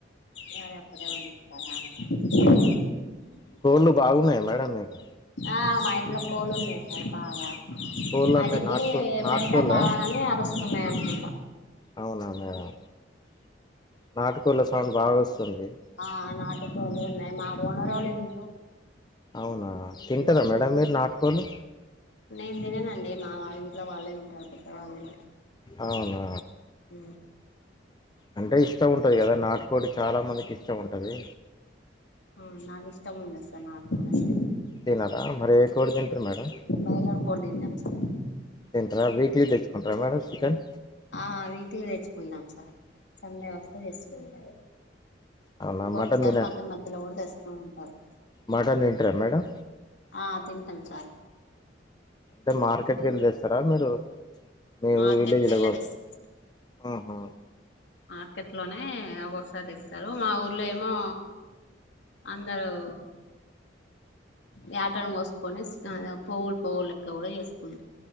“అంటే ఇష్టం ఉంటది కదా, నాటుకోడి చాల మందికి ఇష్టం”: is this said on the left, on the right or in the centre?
Left